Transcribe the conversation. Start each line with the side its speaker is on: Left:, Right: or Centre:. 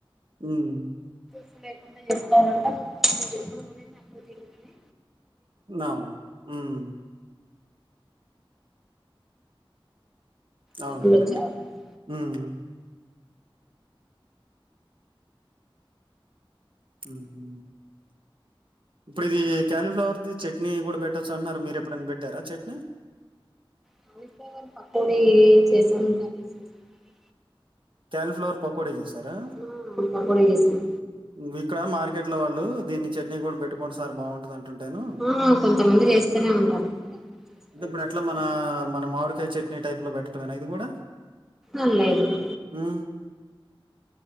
Right: ఉమ్
Centre: స్ లేకుండా చేస్కోవాళ్లంటే ఎపుడు నూనెనే ఎప్పుడూ తిరుగుతది
Right: అవును ఉమ్ అవునండి
Centre: జబ్బులు వచ్చే అవకాశం
Right: ఉమ్ ఉమ్ హు, ఇప్పుడిది క్యాలీఫ్లవర్ది చట్నీ గూడ పెట్టొచ్చు అంట్న్నారు, మీరెప్పుడన్న బేట్టారా చట్నీ?
Centre: క్యాలీఫ్లవర్ పకోడీ చేసాం, కర్రీస్ చేసామండి
Right: క్యాలిఫ్లవర్ పకోడి చేసారా
Centre: ఆ పకోడీ చేసాం
Right: విత్ క్కడ మార్కెట్ లో వాళ్ళు దీన్ని చట్నీ గూడ బేట్టుకొండి సార్ బాగుంటదం అంటేను
Centre: ఆ కొంతమంది చేస్తూనే ఉంటారు చేసుకోవచ్చు
Right: అంటే ఇప్పుడు ఎట్లా మనా
Centre: ఏం
Right: మన మామిడి తె చట్నీ టైప్ లో పెట్టడమేనా ఇది గూడ?
Centre: అల్లెయ్యడమే
Right: ఉమ్,